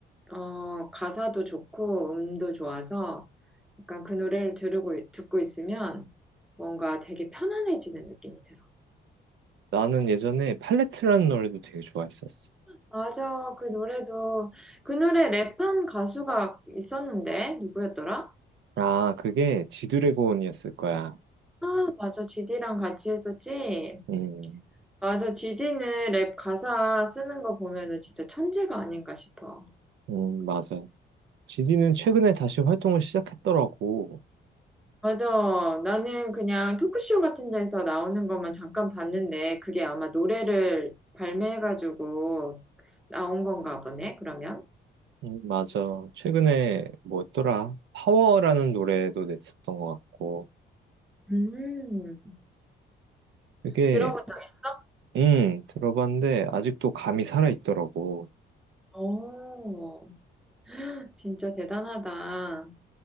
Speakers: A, in the centre; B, on the right.
A: 어, 가사도 좋고, 음도 좋아서, 약간 그 노래를 들고, 듣고 있으면 뭔가 되게 편안해지는 느낌이 들어.
B: 나는 예전에 팔레트라는 노래도 되게 좋아했었어.
A: 맞아, 그 노래도, 그 노래 랩한 가수가 있었는데, 누구였더라?
B: 아, 그게 지드래곤이었을 거야.
A: 아, 맞아, GD랑 같이 했었지?
B: 음,
A: 맞아. GD는 랩 가사 쓰는 거 보면은 진짜 천재가 아닌가 싶어.
B: 음, 맞아. 지디는
A: 음.
B: 최근에 다시 활동을 시작했더라고.
A: 맞아. 나는 그냥 토크쇼 같은 데서 나오는 것만 잠깐 봤는데 그게 아마 노래를 발매해가지고 나온 건가 보네, 그러면.
B: 음, 맞아. 최근에 뭐였더라? 파워라는 노래도 냈었던 것 같고.
A: 음.
B: 그게,
A: 들어본 적 있어?
B: 음, 들어봤는데 아직도 감이 살아있더라고.
A: 오, 진짜 대단하다.